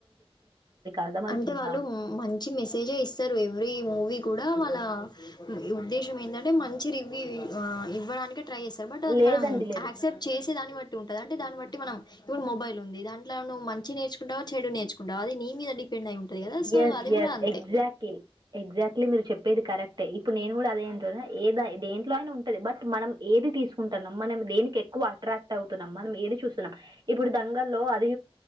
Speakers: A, on the right (about 45°); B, on the left (about 45°).
A: అర్థమవుతుందా
B: అంటే వాళ్ళు మంచి మెసేజే ఇస్తారు ఎవ్రీ మూవీ కూడా వాళ్ళ ఉద్దేశం ఏందంటే మంచి రివ్యూ ఇవ్వడానికి ట్రై చేస్తారు బట్ అది
A: లేదండి
B: మనం
A: లేదు
B: యాక్సెప్ట్ చేసే దాన్నిబట్టి ఉంటంది దంటే దాన్ని బట్టి మనం ఇప్పుడు మొబైల్ ఉంది దాంట్లో నువ్వు మంచి నేర్చుకుంటావా చెడు నేర్చుకుంటవా అది నీ మీద డిపెండ్ అయి ఉంటుంది కదా సో
A: ఎస్
B: అది కూడా
A: ఎస్
B: అంతే
A: ఎగ్జాక్ట్లీ ఎగ్జిక్ట్లీ మీరు చెప్పేది కరెక్టే ఇప్పుడు నేను కూడా అదే వింటున్న ఏద దేంట్లో అయినా ఉంటది బట్ మనం ఏది తీసుకుంటాన్నాం మనం దేనికి ఎక్కువ అట్రాక్ట్ అవుతున్నాం మనం ఏది చూస్తున్నాం ఇప్పుడు దంగల్లో అది